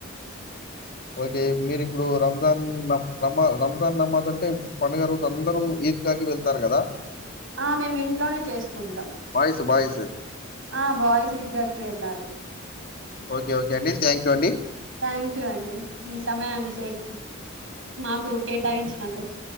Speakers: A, on the left; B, on the right.
A: ఓకే మీరి ఇప్పుడు రంజాన్ రమా రంజాన్ నమాజ్ అంటే పండుగ రోజు అందరూ ఈద్ గాకి వెళ్తారు కదా
B: ఆ మేము ఇంట్లోనే చేసుకుంటాం
A: బాయ్స్. బాయ్స్.
B: ఆ బాయ్స్ ఈద్గాకీ వెళ్లాలి
A: ఓకే ఓకే అండి థ్యాంక్ యూ అండి
B: థ్యాంక్ యూ అండి మీ సమయాన్ని సేక్ మాకు కేటాయించినందుకు